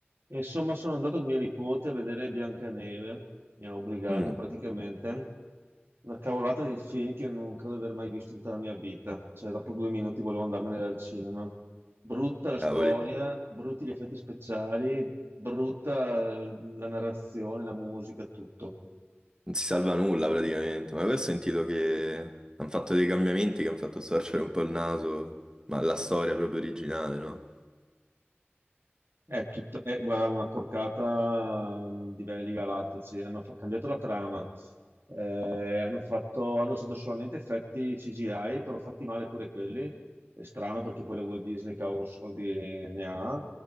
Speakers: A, on the right; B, on the right.
A: E Insomma, sono andato con mia nipote a vedere Biancaneve, mi ha obbligato
B: Mm,
A: praticamente una cavolata di film che non credo di aver mai visto in tutta la mia vita. Cioè, dopo due minuti volevo andarmene dal cinema. Brutta la storia,
B: cavoli,
A: brutti gli effetti speciali, brutta la narrazione, la musica, tutto.
B: non si salva nulla praticamente, ma poi ho sentito che hanno fatto dei cambiamenti che hanno fatto storcere un po' il naso, ma la storia proprio originale, no?
A: È tutta, è, guarda, una porcata mm, di livelli galattici. Hanno fa- cambiato la trama, eh, hanno fatto, hanno usato solamente effetti CGI, però fatti male pure quelli. È strano perché poi la Walt Disney, cavolo, soldi ne ha.